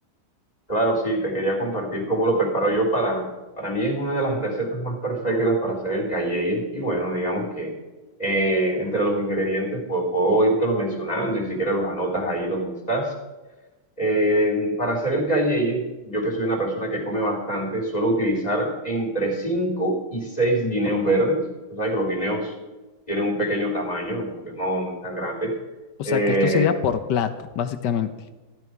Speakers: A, on the left; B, on the left.
A: Claro, sí, te quería compartir cómo lo preparo yo para, para mí es una de las recetas más perfectas para hacer el calleye. Y bueno, digamos que eh, entre los ingredientes pues, puedo irte los mencionando y si quieres los anotas ahí donde estás. Eh, para hacer el cayeye, yo que soy una persona que come bastante, suelo utilizar entre 5 y 6 guineos verdes. Tú sabes que los guineos tienen un pequeño tamaño, como que no, no es tan grande.
B: O
A: Eh,
B: sea, que esto sería por plato, básicamente.